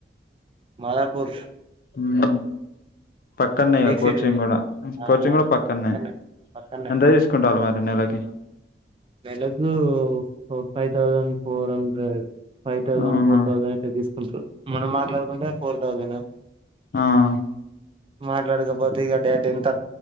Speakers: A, on the right (about 30°); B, on the left (about 50°).
A: మదాపూర్
B: మ్ పక్కన్నే
A: హెడేక్
B: కోచింగ్
A: సిటీదే
B: కూడా ఉ
A: ఆ
B: కోచింగ్
A: ఆ
B: కూడా పక్కన్నే
A: పక్కనే పక్కనే
B: ఎంతా తీస్కుంటారు మరి నెలకి
A: నెలకూ five thousand four hundred five thousand
B: అవునా
A: ఫోర్ థౌజండ్ ఇట్లా తీస్కుంట్రు మనం మాట్లాడుకుంటే ఫోర్ థౌసండ్
B: ఆహ్
A: మాట్లాడకపోతే ఇగ డేట్ ఎంత